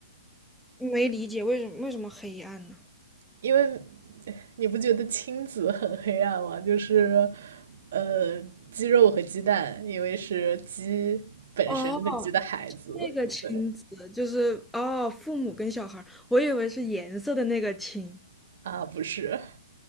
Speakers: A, in the centre; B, on the right (about 60°).
A: 没理解为什么为什么黑暗呢？
B: 因为你不觉得亲子很黑暗吗？就是呃，鸡肉和鸡蛋，因为是鸡本身和鸡的孩子。
A: 哦，那个亲子就是哦，
B: 对
A: 父母跟小孩儿我以为是颜色的那个亲。
B: 啊，不是，